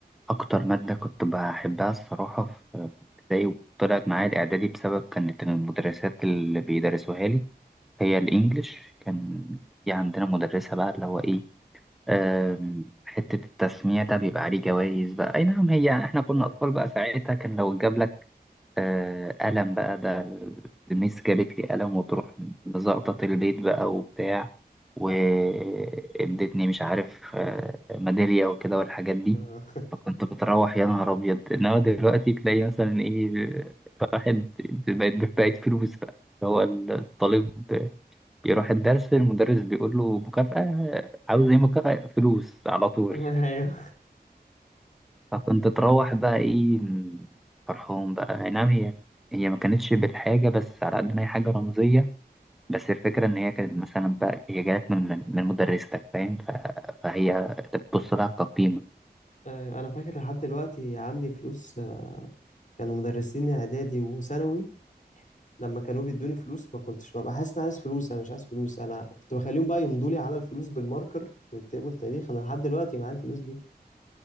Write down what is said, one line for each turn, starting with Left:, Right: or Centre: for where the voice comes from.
Centre: اكتر ماده كنت بحبها الصراحه في في ابتدائي وطلعت معايا الاعدادي بسبب كانت المدرسات اللي بيدرسوها لي هي الإنجليش كان في عندنا مدرسة بقى اللي هو إيه آم، حتة التسميع ده بيبقى عليه جوائز بقى أي نعم هي إحنا كنا
Left: أيوة
Centre: أطفال بقى ساعتها كان لو جاب لك آه، قلم بقى ده الميس جابت لي قلم وتروح مزقطط البيت بقى وبتاع وادتني مش عارف آه، ميدالية وكده والحاجات دي
Left: آه.
Centre: فكنت بتروح يا نهار أبيض إنما دلوقتي تلاقي مثلا إيه واحد بقت بقت فلوس بقى اللي هو الطالب يروح الدرس المدرس بيقول له مكافأة عاوز ايه مكافأة فلوس على طول
Left: <laughs> أيوة
Centre: فكنت تروح بقى ايه فرحان بقى اي نعم هي هي ما كانتش بالحاجة بس على قد ما هي حاجة رمزية بس الفكرة إن هي كانت مثلا بقى هي جالك من من من مدرستك فاهم ف- فهي بتبص لها كقيمة
Left: أيوة أنا فاكر لحد دلوقتي عندي فلوس آه، كانوا مدرسين إعدادي وثانوي لما كانوا بيدوني فلوس ما كنتش ببقى حاسس إن أنا عايز فلوس أنا مش عايز فلوس أنا كنت بخليهم بقى يمضوا لي على الفلوس بالماركر ويكتبوا التاريخ أنا لحد دلوقتي معايا الفلوس دي